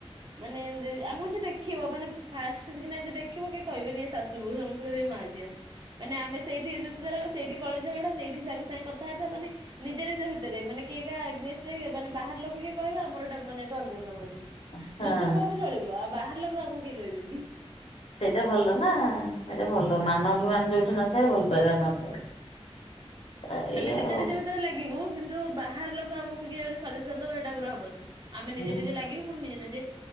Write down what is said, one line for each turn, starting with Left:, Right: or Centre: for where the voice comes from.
Right: ମାନେ ଏମ୍ ତି ଆମକୁ, ଯିଏ ଦେଖିବ ମାନେ ଫାଷ୍ଟ କିନା ଯିଏ ଦେଖିବ କିଏ କହିବେନି ଇଏ ଶାଶୁ ତୁ ଏମିତି ଗୋଟେ ମା ଝିଅ ମାନେ ଆମେ ସେଇଠି ଯୁକ୍ତିତରକ ସେଇଠି କଳି ଝଗଡ଼ା ସେଇଠି ସାଙ୍ଗେ ସାଙ୍ଗେ କଥାବାର୍ତ୍ତା ମାନେ ନିଜ ନିଜ ଭିତରେ ମାନେ କିଏ କାହା ଏଗନେଷ୍ଟ୍ ମାନେ ବାହାର ଲୋକ କିଏ କହିବ ଆମର ଏଇଟା ମାନେ <unintelligible>
Left: ହଁ।
Right: ନିଜେ କହିବ ଚଳିବ। ବାହାର ଲୋକ ଆମକୁ କେହି କହିବେନି।
Left: ସେଇଟା ଭଲ ନା ସେଇଟା ଭଲ ମାନ ଅଭିମାନ ଯୋଉଠି ନଥାଏ ଭଲ ପାଇବା ନଥାଏ।
Right: <inaudible>
Left: ଏଇଆ
Right: ଆମେ ନିଜ
Left: ଆଉ
Right: ନିଜ ଭିତରେ ଲାଗିବୁ କିନ୍ତୁ ବାହାର ଲୋକ ଆମକୁ କିଏ ଜଣେ ସଜେସନ୍ ଦବ ସେଇଟା ଆମର ହବନି। ଆମେ
Left: ହୁଁ
Right: ନିଜେ ନିଜେ ଲାଗିବୁ ପୁଣି ନିଜେ ନିଜେ